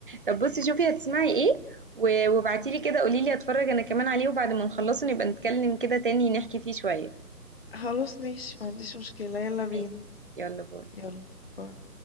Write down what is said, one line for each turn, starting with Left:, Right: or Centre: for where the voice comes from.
Right: طب بصي شوفي هتسمعي ايه و- وابعتيلي كده قوليلي اتفرج انا كمان عليه وبعد ما نخلصه نبقى نتكلم كده تاني نحكي فيه شويه
Left: خلاص ماشي ما عنديش مشكله يلا
Right: ماشي
Left: بينا
Right: يلا باي
Left: يلا باي